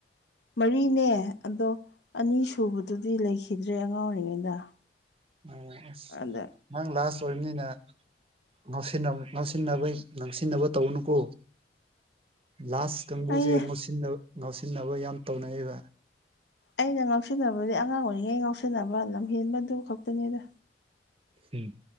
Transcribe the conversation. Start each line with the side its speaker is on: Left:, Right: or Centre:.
Left: ꯃꯔꯤꯅꯦ ꯑꯗꯣ ꯑꯅꯤ ꯁꯨꯕꯗꯨꯗꯤ ꯂꯩꯈꯤꯗ꯭ꯔꯦ ꯑꯉꯥꯡ ꯑꯣꯏꯔꯤꯉꯩꯗ
Right: <unintelligible>
Left: ꯑꯥꯗ
Right: ꯅꯪ ꯂꯥꯁ ꯑꯣꯏꯕꯅꯤꯅ ꯉꯥꯎꯁꯤꯟꯕ ꯉꯥꯎꯁꯤꯟꯅꯕꯩ ꯂꯥꯡꯁꯤꯟꯅꯕ ꯇꯧꯅꯨꯀꯣ ꯂꯥꯁ ꯀꯥꯡꯕꯨꯁꯦ
Left: ꯑꯩ
Right: ꯉꯥꯎꯁꯤꯟꯅꯕ ꯉꯥꯎꯁꯤꯟꯅꯕ ꯌꯥꯝ ꯇꯧꯅꯩꯌꯦꯕ
Left: ꯑꯩꯅ ꯉꯥꯎꯁꯟꯅꯕꯗꯤ ꯑꯉꯥꯡ ꯑꯣꯏꯔꯤꯉꯩ ꯉꯥꯎꯁꯤꯟꯅꯕ ꯂꯝꯍꯦꯟꯕꯗꯨ ꯈꯛꯇꯅꯦꯗ
Right: ꯎꯝ